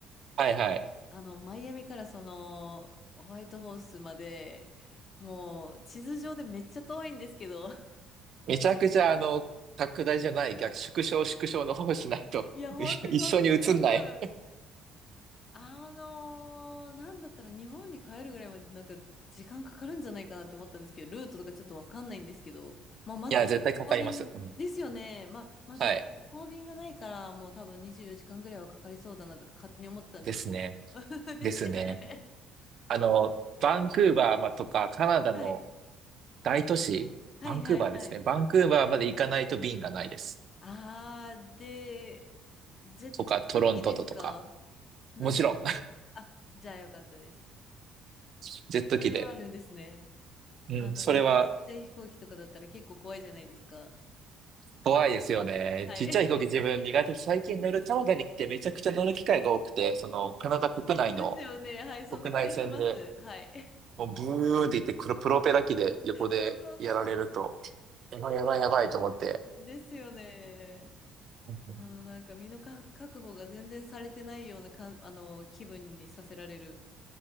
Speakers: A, on the right (about 50°); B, on the left (about 40°).
A: はいはい。
B: あの、マイアミからその、ホワイトホースまで、もう地図上でめっちゃ遠いんですけど、<laughs>
A: めちゃくちゃあの、拡大じゃない、逆、縮小縮小の方をしないと
B: いや、本当に本当にもう多分、
A: <laughs> い一緒に映んない。
B: あのー、なんだったら日本に帰るぐらいまでなんか時間かかるんじゃないかなって思ったんですけど、ルートとかちょっとわかんないんですけど、まあ、まず直行便ですよね。
A: いや、絶対かかります。うん。
B: まあ、まず直行便がないから、
A: はい。
B: もう多分24時間ぐらいはかかりそうだなとか勝手に思ってたんですけど。
A: ですね。
B: <laughs> ですよね。
A: ですね。あの、バンクーバーまとかカナダの
B: はい。
A: 大都市、
B: はいはいはい。
A: バンクーバーですね。バンクーバーまで行かないと便がないです。
B: あー、で、ジェット機ですか
A: とか、トロントととか。
B: なんか、
A: もちろん、
B: あ、じゃあよかったです。
A: <laughs> ジェット機で。
B: それはあるんですね。
A: うん、
B: あの、
A: それは
B: めっちゃちっちゃい飛行機とかだったら結構怖いじゃないですか。
A: 怖いですよね。
B: はい。
A: ちっちゃい飛行機自分苦手で最近乗るカナダに来てめちゃくちゃ乗る機会が多くて、
B: <laughs>
A: そのカナダ国内の
B: そうですよね。はい。そんな気がします。
A: 国内線で
B: はい。
A: もうブーンって言ってくるプロペラ機で横でやられると、
B: <laughs> そうそうそうそう。
A: やばいやばいやばいと思って。
B: ですよね。
A: うん
B: あの、なんか身のか確保が全然されてないようなか、あの、気分にさせられる。